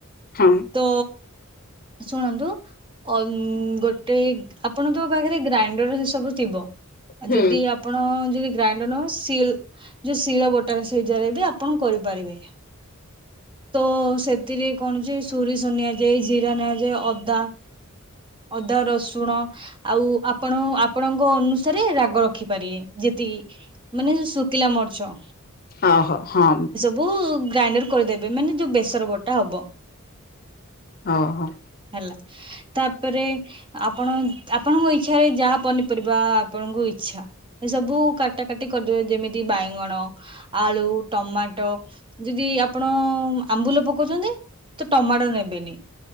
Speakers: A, on the left (about 45°); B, on the right (about 25°).
A: ହଁ।
B: ତ ଶୁଣନ୍ତୁ ଅ ଗୋଟେ ଆପଣ ତ ପାଖରେ ଗ୍ରାଇଣ୍ଡର ସେ ସବୁ ଥିବ ଆଉ
A: ହୁଁ।
B: ଯଦି ଆପଣ ଯଦି ଗ୍ରାଇଣ୍ଡର ନସ ସିଏଲ୍ ଯୋଉ ଶିଳ ବଟା ସେଇ ଜ ବି ଆପଣ କରିପାରିବେ। ତ ସେଥିରେ କଣଜି ସୋରିଷ ନିଆଯାଏ ଜିରା ନିଆଯାଏ ଅଦା। ଅଦା ରସୁଣ। ଆଉ ଆପଣ ଆପଣଙ୍କ ଅନୁସାରେ ରାଗ ରଖିପାରିବେ ଯେତିକି ଆ ମାନେ ଶୁଖିଲା ମୋର୍ଛ।
A: ଓହୋ ହଁ।
B: ବୁ ଗ୍ରାଇଣ୍ଡର କରିଦେବେ ମାନେ ଯୋଉ ବେସର ବଟା ହବ।
A: ହୋଉ ହୋଉ।
B: ହେଲା। ତାପରେ ଆପଣ ଆପଣଙ୍କ ଇଚ୍ଛାରେ ଯାହା ପନିପରିବା ଆପଣଙ୍କୁ ଇଚ୍ଛା। ଏ ସବୁ କାଟା କାଟି କରିଦେବେ ଯେମିତି ବାଇଗଣ। ଆଳୁ ଟମାଟୋ ଯଦି ଆପଣ ଆମ୍ବୁଲ ପକଉଛନ୍ତି। ତ ଟମାଟୋ ନେବେନି।